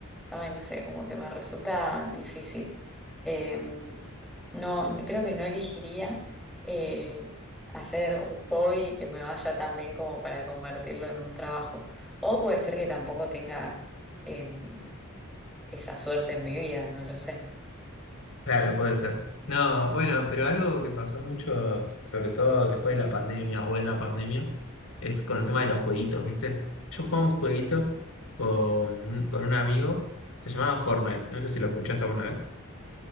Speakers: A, in the centre; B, on the left (about 75°).
A: ay, no sé, como que me resulta difícil. Em, no, no- creo que no elegiría eh, hacer un hobby que me vaya tan bien como para convertirlo en un trabajo. O puede ser que tampoco tenga em, esa suerte en mi vida, no lo sé.
B: Claro, puede ser. No, bueno, pero algo que pasó mucho, sobre todo después de la pandemia o en la pandemia, es con el tema de los jueguitos, ¿viste? Yo jugaba un jueguito con un, con un amigo, se llamaba Fortnite, no sé si lo escuchaste alguna